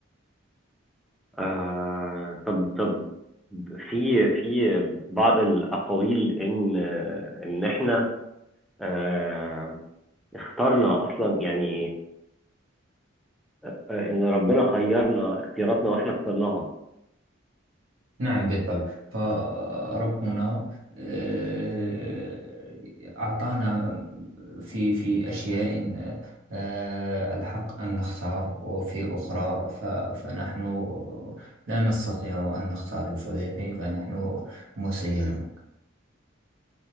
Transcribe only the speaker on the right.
نعم بالطبع فربنا آه، أعطانا في في أشياء آه، الحق أن نختار وفي أخرى ف- فنحن لا نستطيع أن نختار بطبيعة فنحن مسيرون